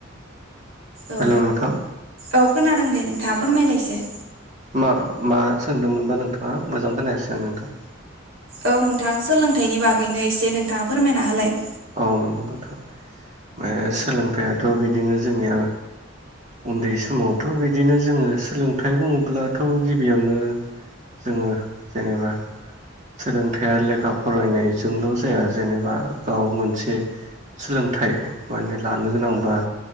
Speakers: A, on the right (about 75°); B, on the right (about 35°).
A: औ
B: हेलौ नोंथां
A: औ खोनादों दे नोंथाङा फोरमायलाय इसे
B: मा मा सोंदोंमोनबा नोंथाङा मोजां खोनायासै आं नोंथां
A: औ नोंथां सोलोंथाइनि बागैनो एसे नोंथाङा फोरमायना होलाय
B: औ नंगौ नोंथां ओ सोलोंथायाथ' बिदिनो जोंनिया उन्दै समावथ' बिदिनो जोङो सोलोंथाइ बुङोब्लाथ' गिबियावनो जोङो जेनेबा सोलोंथाइया लेखा फरायनायजोंल' जाया जेनेबा गाव मोनसे सोलोंथाइ माने लानो गोनांबा